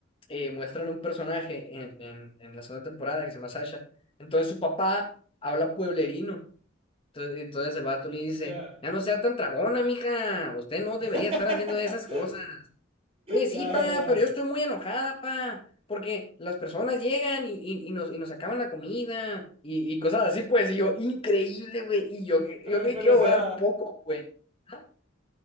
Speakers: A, on the left; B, on the right.
A: eh, muestran un personaje en, en, en la segunda temporada que se llama Sasha. Entonces su papá habla pueblerino. Entonces, entonces el vato le dice,
B: Ya.
A: ya no sea tan tragona, mija, usted no
B: <laughs>
A: debería estar haciendo esas cosas. Oye, sí,
B: Ya,
A: pa,
B: ya, ya.
A: pero yo estoy muy enojada, pa, porque las personas llegan y, y- y nos, y nos acaban la comida y, y cosas así, pues, y yo, increíble, güey, y yo, cre-
B: Pero,
A: yo creí
B: pero,
A: que iba
B: o sea.
A: a durar poco, güey. Ajá.